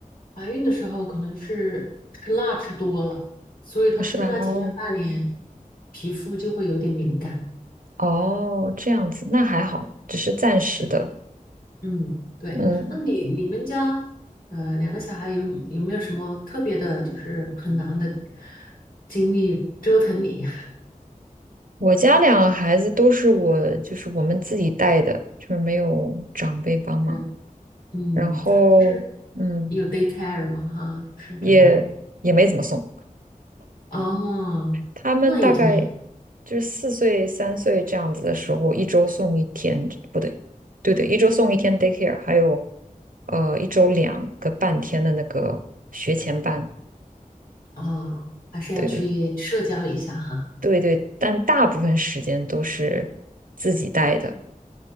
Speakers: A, on the left (about 85°); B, on the right (about 75°).
A: 怀孕的时候可能是吃辣吃多了，所以他生下来前面半年
B: 是吧？哦
A: 皮肤就会有点敏感。
B: 哦，这样子，那还好，只是暂时的。
A: 嗯，对。
B: 嗯，
A: 那你你们家呃两个小孩有有没有什么特别的，就是很难的经历折腾你？
B: 我家两个孩子都是我，就是我们自己带的，就是没有长辈帮忙，
A: <laughs> 是，嗯，
B: 然后嗯，
A: 就是有 daycare 吗？哈，就是这边。
B: 也也没怎么送。
A: 哦，
B: 他们大概
A: 那也挺
B: 就是四岁、三岁这样子的时候，一周送一天，不对，对对，一周送一天 daycare，还有呃一周两个半天的那个学前班，
A: 好啊，还是要去社交一下哈。
B: 对对对对，但大部分时间都是自己带的，